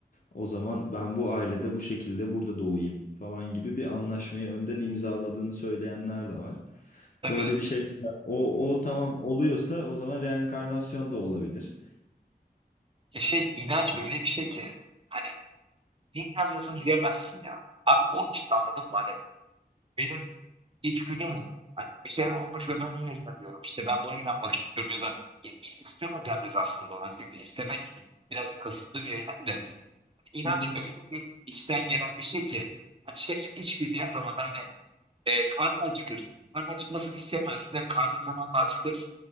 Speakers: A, on the left; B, on the right.
A: O zaman ben bu ailede bu şekilde burada doğayım falan gibi bir anlaşmayı önden imzaladığını söyleyenler de var.
B: Tabii
A: Böyle
B: öyle.
A: bir şey o o tamam oluyorsa o zaman reenkarnasyon da olabilir.
B: Ya şey inanç öyle bir şey ki. Hani ne inanıyorsun diyemezsin ya. Abi o işte anladın mı? Hani benim içgüdüm o. Hani bir şey olmuş ve ben öyle inanıyorum. İşte ben buna inanmak istiyorum ya da i- i- istiyorum denmez aslında ona. Çünkü istemek biraz kasıtlı bir eylem de. İnanç
A: Hı hı,
B: öyle bir içten gelen bir şey ki hani şey gibi içgüdü ya tamam ben hani e, karnı acıkır. Karnı acıkmasını isteyemezsin değil mi? Karnın zamanla acıkır